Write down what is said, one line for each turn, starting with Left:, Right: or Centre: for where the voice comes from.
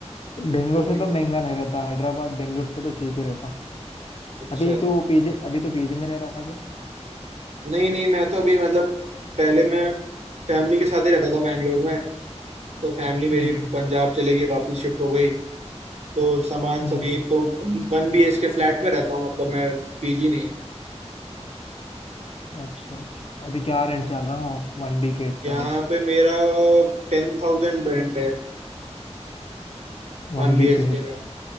Left: बेंगलोर
Right: तो
Left: से
Right: ये
Left: तो महंगा नहीं रहता हैदराबाद बेंगलोर से तो चीप ही रहता
Right: अच्छा
Left: अभी तो पीजे अभी तो पीजे में रह रहा है क्या
Right: नहीं नहीं मैं तो अभी मतलब पहले मैं फैमिली के साथ ही रहता था बैंगलोर में तो फैमिली मेरी
Left: हम्म
Right: पंजाब चले गई वापस शिफ्ट हो गई तो सामान
Left: हम्म,
Right: सब यही तो one B H K flat में रहता हूँ मतलब मैं पीजी नहीं है
Left: अच्छा अच्छा अभी क्या रेंट चल रहा है वन बी के एच
Right: यहाँ
Left: का लाइक
Right: पे मेरा टेन थाउजेंड रेंट है
Left: वन
Right: वन
Left: बी
Right: बी एच
Left: के
Right: के
Left: एच
Right: का